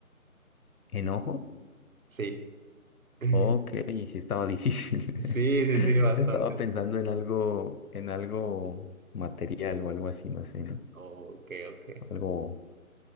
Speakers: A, on the left; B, on the right.
A: ¿enojo?
B: Sí. <laughs>
A: Ok, sí estaba difícil.
B: Sí, sí,
A: <laughs>
B: sí, bastante.
A: Estaba pensando en algo, en algo material o algo así, no sé, ¿no?
B: Ok, ok.
A: Algo